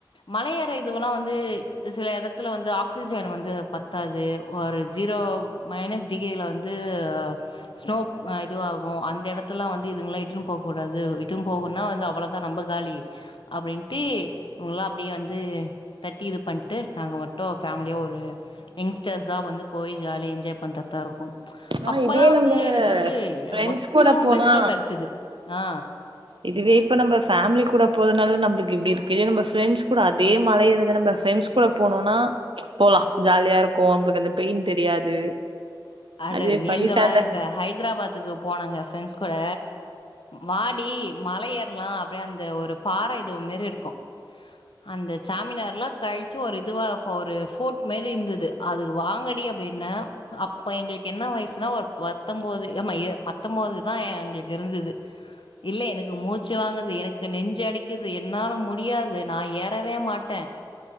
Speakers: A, on the left; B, on the right.
A: மலையேற இதுவெல்லா வந்து சில எடத்துல வந்து ஆக்சிஜன் வந்து பத்தாது ஒரு ஜீரோ மைனஸ் டிகிரியில வந்து ஸ்னோ இதுவாகு அந்த எடத்துல வந்து இதுங்கல்லா இட்டுன்னு போகக்கூடாது இட்டுன்னு போகுன்னா வந்து அவ்வளோதா நம்ப காலி அப்டின்ட்டு இவங்கல்லா அப் அப்டியே வந்து தேர்ட்டி இது பண்ட்டு நாங்க மட்டு ஃபேமிலியா ஒரு எங்ஸ்டர்சா வந்து போய் ஜாலியா என்ஜாய் பண்றதா இருக்கு
B: ஆ
A: அப்பதா
B: இதுவே
A: வந்து
B: நம்ப
A: எனக்கு வந்து
B: ஃப்ரெண்ட்ஸ்
A: ஒஸ்ட்டு
B: கூட போனா
A: பெஸ்ட்டு கெடைச்சுது ஆ
B: இதுவே இப்ப நம்ப ஃபேமிலி கூட போறதுனால நம்மளுக்கு இப்டி இருக்கு இல்ல நம்ப ஃப்ரெண்ட்ஸ் கூட அதே மலையேறத நம்ப ஃப்ரெண்ட்ஸ் கூட போனோன்னா போலா ஜாலியா இருக்கு நம்பளுக்கு அந்த பெயின் தெரியாது
A: அட
B: அதுவே
A: நீங்க
B: ஃபைவ் ஸ்டாண்டர்ட்
A: வேறங்க ஹைதராபாத்துக்கு போனங்க ஃப்ரெண்ட்ஸ் கூட வாடி மலையேற் ல்லா அப்டியே அந்த ஒரு பாற இது மேறி இருக்கு அந்த சாமினார்லா கழுச்சு ஒரு இதுவா ஒரு ஃபோட் மாறி இருந்தது அதுக்கு வாங்கடி அப்டின்ன அப் இப்போ எங்களுக்கு என்ன வயிசுனா ஒரு பத்தொன்பது ஆமா பத்தொம்பதுதா எங்களுக்கு இருந்துது இல்ல எனக்கு மூச் து வாங்கது எனக் எனக்கு நெஞ்சு அடைக்குது என்னால முடியாது நா ஏறவே மாட்ட